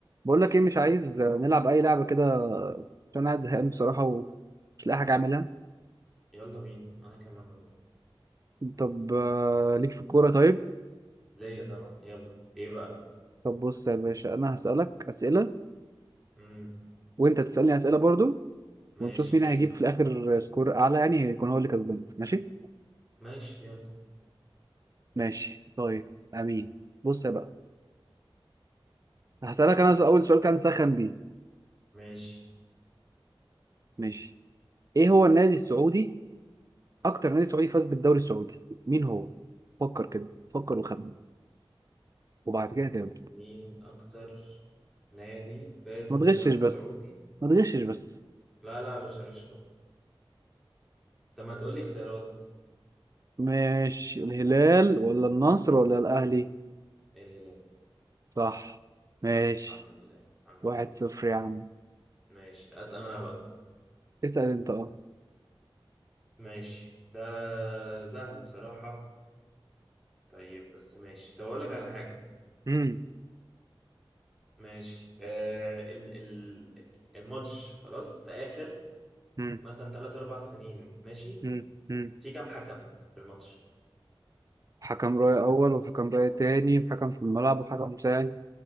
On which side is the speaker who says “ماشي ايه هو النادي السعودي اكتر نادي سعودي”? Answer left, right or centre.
Right